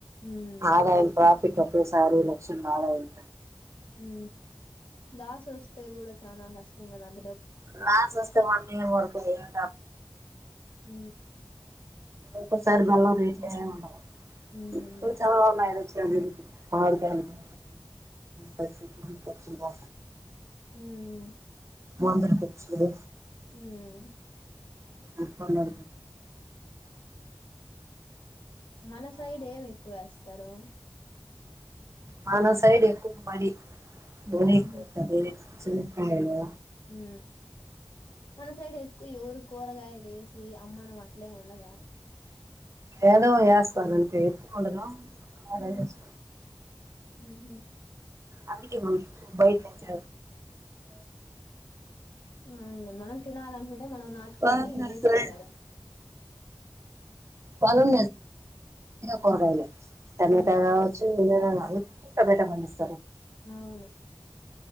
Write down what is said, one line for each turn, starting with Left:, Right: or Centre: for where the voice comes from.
Left: ఉమ్
Right: ఆదాయం ప్రాఫిట్ ఒకేసారి లక్షలు ఆదాయం
Left: ఉ లాస్ వస్తే కూడా చనా కష్టం కదా అం
Right: లాస్ట్ వస్తే వన్ ఇయర్ వర్కు ఏకు
Left: ఉ
Right: ఒకోసారి బెల్లం రేట్లే ఉండవు
Left: ఉమ్
Right: చన్నా ఆర్గానిక్ పసుపు పసుపు
Left: ఊమ్
Right: వందల ఖర్చు
Left: ఊమ్
Right: ఇప్పన్న
Left: మన సైడ్ ఏమి ఎక్కువేస్తారు
Right: మన సైడ్ ఎక్కువ మడి వరి
Left: ఉహు
Right: ఎక్కువ ఉంటది చెనక్కాయలు
Left: ఉ ఉ మన సైడ్ ఎక్ ఎవరు కూరగాయలు ఏసి అమ్మడం అట్లేం ఉండదా
Right: ఏదో ఏస్తారు అంతే ఎక్కువగా ఉండదస్
Left: ఉమ్ ఉహు
Right: అందుకే బయటినుంచి
Left: వునులే మనం తినాలనుకుంటే మనం నాటుకొని
Right: వేసుకుంటాం
Left: వేసుకుంటారు
Right: పాలం కూరగాయలే టమాటా
Left: ఉమ్
Right: కావచ్చు ఊటా బటా బస్
Left: అవును